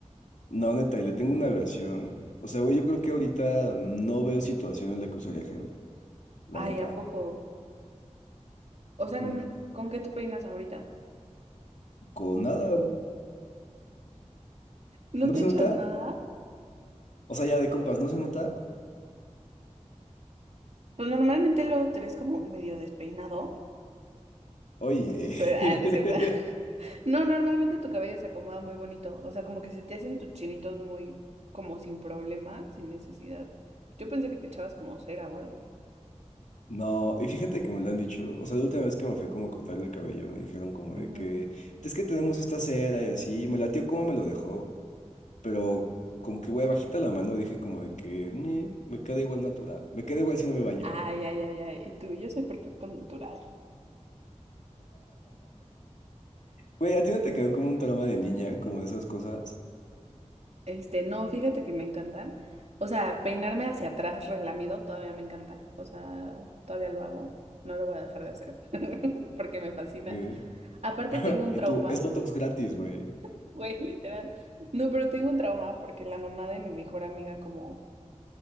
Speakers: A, on the left; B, on the right.
A: No, neta, y le tengo una versión. O sea, güey, yo creo que ahorita no veo situación en la que usaría gel, la
B: Ay,
A: neta.
B: ¿a poco? O
A: Ujú.
B: sea, ¿con con qué te peinas ahorita?
A: Con nada, güey.
B: ¿No
A: ¿No
B: te
A: se
B: echas
A: nota?
B: nada?
A: O sea, ya de compas, ¿no se nota?
B: Pues normalmente luego te ves como medio despeinado,
A: Oye,
B: pero
A: <laughs>
B: ah, no es cierto. No, normalmente tu cabello se acomoda muy bonito. O sea, como que se te hacen tus chinitos muy, como sin problema, sin necesidad. Yo pensé que te echabas como cera o algo.
A: no, y fíjate que me lo han dicho, o sea, la última vez que me fue como a cortar el cabello, me dijeron como
B: Ujú.
A: de que, es que tenemos esta cera y así, y me latió como me lo dejó, pero como que, güey, bajita la mano dije como de que, "Ni, me queda igual natural, me queda igual si no me baño.
B: Ay, ay, ay, ay. Y tú, yo soy perfecto al natural.
A: Güey, ¿a ti no te quedó como un trauma de niña, como de esas cosas?
B: Este, no, fíjate que me encantan. O sea, peinarme hacia atrás relamido todavía me encanta. O sea, todavía lo hago. No lo voy a dejar de hacer <laughs> porque me fascina.
A: Que-
B: Aparte
A: <laughs>
B: tengo un
A: Y
B: trauma,
A: tú, es Botox gratis, güey.
B: <laughs> güey, literal. No, pero tengo un trauma porque la mamá de mi mejor amiga como